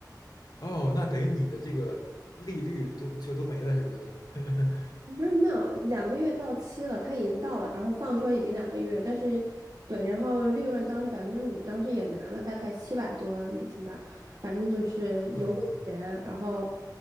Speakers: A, on the left; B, on the right.
A: 哦，那等于你的这个利率都就都没了是吧？对，<laughs>
B: <laughs> 不是没有两个月到期了，他已经到了，然后放出来已经两个月，但是对，然后利润当时百分之五，当时也拿了大概七百多美金吧，反正就是有点钱，
A: 哦
B: 然后